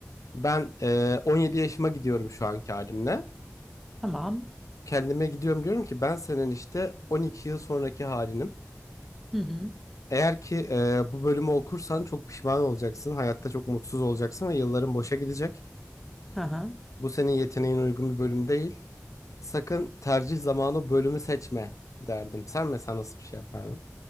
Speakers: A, on the left (about 85°); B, in the centre.
A: ben e, 17 yaşıma gidiyorum şu anki halimle.
B: tamam.
A: Kendime gidiyorum diyorum ki ben senin işte 12 yıl sonraki halinim.
B: Hı hı.
A: Eğer ki e, bu bölümü okursan çok pişman olacaksın. Hayatta çok mutsuz olacaksın ve yılların boşa gidecek.
B: Hı hı.
A: Bu senin yeteneğin uygun bir bölüm değil. Sakın tercih zamanı bölümü seçme derdim. Sen mesela nasıl bir şey yapardın?